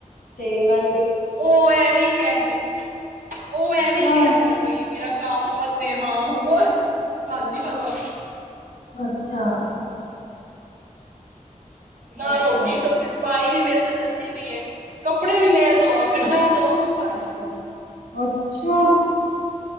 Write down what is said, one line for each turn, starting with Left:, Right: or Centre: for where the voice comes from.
Left: ਤੇ ਮੈਂ
Right: ਉਹ ਐਵੀ ਕਹਿੰਦੇ ਉਹ ਐ
Left: ਅੱਛਾ
Right: ਵੀਂ ਕਹਿੰਦੇ ਨੇ ਬਈ ਮੇਰਾ ਕੰਮ ਵਧੇ ਹਾਂ ਹੂੰ <inaudible> ਸਾਨੂੰ ਨੀ ਪਤਾ
Left: ਅੱਛਾ
Right: ਨਾ
Left: ਅੱਛਾ
Right: ਰੋਟੀ ਸਬਜ਼ੀ ਸਪਾਈ ਵੀ ਮੇਰੇ ਤੇ ਸੱਟੀ ਦਈ ਕੱਪੜੇ ਵੀ ਮੈਂ ਧੋਆ ਫਿਰ ਨਾ ਧੋ ਮੂੰਹ <unintelligible>
Left: ਅੱਛਾ।